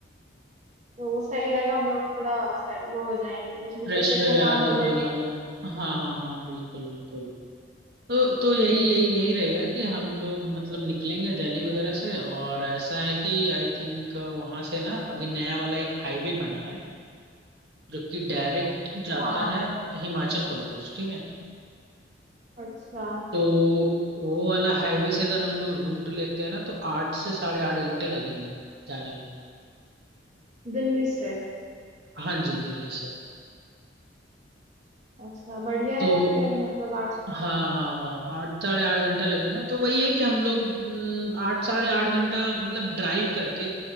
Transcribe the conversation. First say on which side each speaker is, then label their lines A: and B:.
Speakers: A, on the right (about 40°); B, on the right (about 60°).
A: तो वो सही रहेगा हम लोग थोड़ा से- वो हो जाएंगे नहीं
B: फ्रेश
A: तो फिर
B: वगैरह
A: थकान
B: भी
A: हो
B: हो
A: जाएगी
B: जाना हाँ हाँ हाँ बिल्कुल बिल्कुल तो तो यही यही यही रहेगा कि हम लोग मतलब निकलेंगे दिल्ली वगैरह से और ऐसा है कि आई थिंक वहां से ना अभी नया वाला एक हाईवे बना है जो कि डायरेक्ट जाता
A: हाँ
B: है हिमाचल प्रदेश ठीक है
A: अच्छा
B: तो वो वाला हाईवे से अगर हम लोग रूट लेते हैं ना तो आठ से साढ़े आठ घंटे लगेंगे जाने में
A: दिल्ली से
B: हाँ जी दिल्ली से
A: अच्छा बढ़िया
B: तो
A: है फिर मतलब आठ
B: हाँ हाँ हाँ आठ साढ़े आठ घंटा लगेगा तो वही है कि हम लोग हम्म, आठ साढ़े आठ घंटा मतलब ड्राइव करके